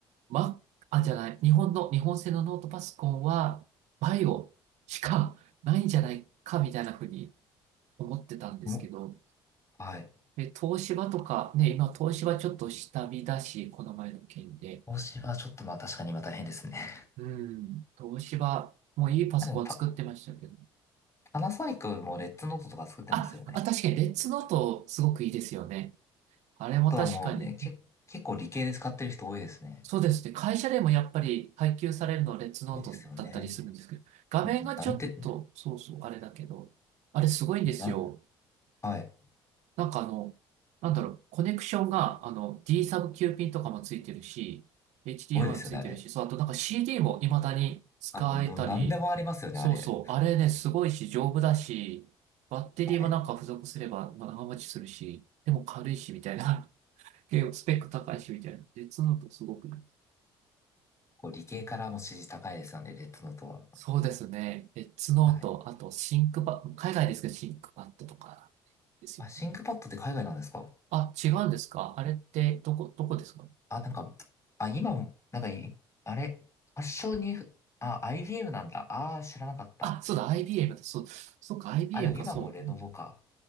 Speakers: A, on the right; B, on the left.
A: ま、あ、じゃない、日本の、日本製のノートパソコンは、バイオしかないんじゃないか、みたいなふうに思ってたんですけど、
B: もはい。
A: え、東芝とか、ね、今、東芝ちょっと下見だし、この前の件で。
B: 投資はちょっとまあ確かに今大変ですね。
A: うん、東芝、もういいパソコン作ってましたけど。
B: <laughs> でもパ、パナソニックもレッツノートとか作ってますよね。
A: あ、あ、確かに、レッツノート、すごくいいですよね。あれも確かに。
B: ノートはもうね、け、結構理系で使ってる人多いですね。
A: そうですね。会社でもやっぱり配給されるのはレッツノートだったりするんですけど、
B: 多いですよね。
A: 画面がちょっと、
B: もうなんて、
A: そうそう、あれだけど、あれすごいんですよ。
B: なん、はい。す
A: なんかあの、なんだろう、コネクションが、あの、D サブ Q ピンとかもついてるし、HDMI
B: ごいですよね、
A: もついてるし、
B: あれ。
A: そう、あとなんか CD も未だに使えたり、
B: あ、もう、の、なんでもありますよね、
A: そうそう、
B: あれ。
A: あれね、すごいし、丈夫だし、バッテリーもなんか付属すれば長持ちするし、
B: はい。
A: でも軽いし、みたいな。<laughs> 結構スペック高いし、みたいな。でツノートすごくいい。
B: こう、理系からも支持高いですよね、レッドノートは。
A: そうですね。えツノート、
B: はい。
A: あとシンクパッ、海外ですけどシンクパッドとかですよね。
B: あ、シンクパッドって海外なんですか
A: あ、違うんですかあれってどこ、どこですか
B: あ、なんか、あ、今も、なんかい、あれ、発祥に、あ、IBM なんだ。ああ、知らなかった。
A: あ、そうだ、IBM だ、そう、そっか、IBM
B: あ、でも今もレノボか。
A: か、そう。うん